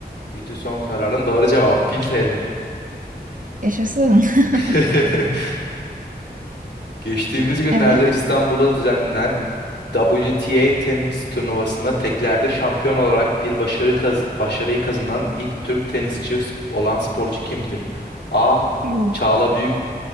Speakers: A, on the left; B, on the right.
A: İTÜ son kararın doğru cevap 1000 TL.
B: Yaşasın. <laughs>
A: <laughs> Geçtiğimiz günlerde
B: Evet.
A: İstanbul'da düzenlenen WTA tenis turnuvasında teklerde şampiyon olarak bir başarı kaz- başarıyı kazanan ilk Türk tenisçi sp- olan sporcu kimdir? A.
B: Yuh.
A: Çağla Büyük